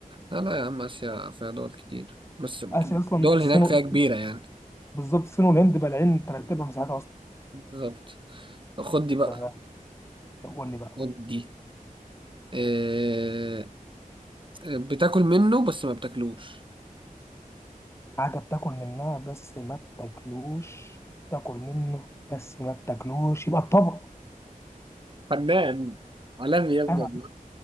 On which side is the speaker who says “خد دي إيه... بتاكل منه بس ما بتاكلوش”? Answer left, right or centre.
Right